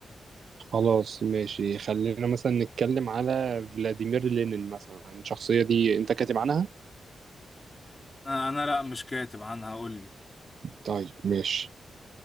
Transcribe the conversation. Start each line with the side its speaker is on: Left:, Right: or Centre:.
Right: خلاص ماشي خلينا مثلا نتكلم على فلاديمير لينين مثلا الشخصية دي انت كاتب عنها
Left: انا أنا لا مش كاتب عنها قول لي
Right: طيب ماشي